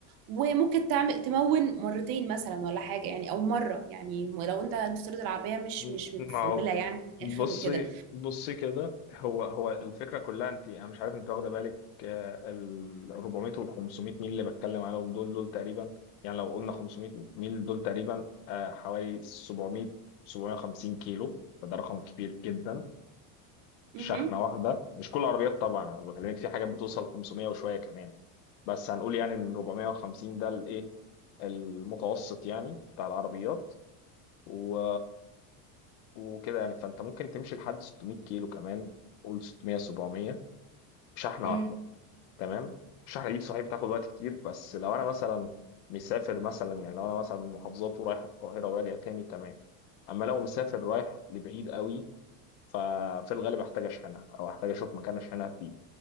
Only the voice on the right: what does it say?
وممكن تعمل تمون مرتين مثلا ولا حاجة يعني او مرة يعني لو انت تفترض العربية مش
مش متفولة
يعني في الاخر
وكده
مهم.
مم.